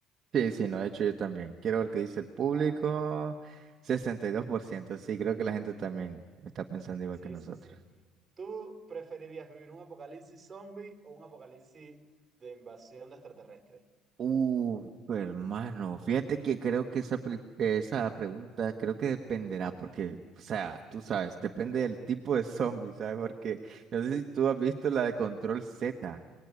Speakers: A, on the right; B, on the right.
A: Sí, sí, no, de hecho yo también. Quiero ver qué dice el público.
B: para mí.
A: 62%, sí, creo que la gente también está pensando igual
B: Sí,
A: que nosotros.
B: sí, sí. ¿Tú preferirías vivir un apocalipsis zombie o un apocalipsis de invasión de extraterrestres?
A: Uh, hermano, fíjate que creo que esa, peli- eh, esa pregunta creo que dependerá, porque, o sea, tú sabes, depende del tipo de zombie, ¿sabes? Porque no sé si tú has visto la de Control Z,